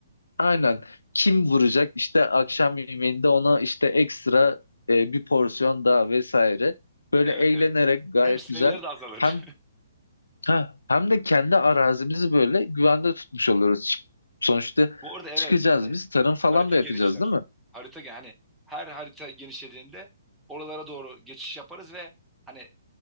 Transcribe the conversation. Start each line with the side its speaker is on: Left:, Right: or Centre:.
Left: Aynen. Kim vuracak? İşte akşam yemeğinde ona işte ekstra e, bir porsiyon daha vesaire. Böyle
Centre: Evet
Left: eğlenerek
Centre: evet.
Left: gayet
Centre: Hem sayıları
Left: güzel.
Centre: da azalır.
Left: Hem ha, hem de kendi arazimizi böyle güvende tutmuş oluyoruz. Çık- Sonuçta
Centre: <laughs> Bu arada evet
Left: çıkacağız
Centre: hani
Left: biz. Tarım falan
Centre: harita
Left: da
Centre: genişler.
Left: yapacağız değil mi?
Centre: Harita gen hani her harita genişlediğinde oralara doğru geçiş yaparız ve hani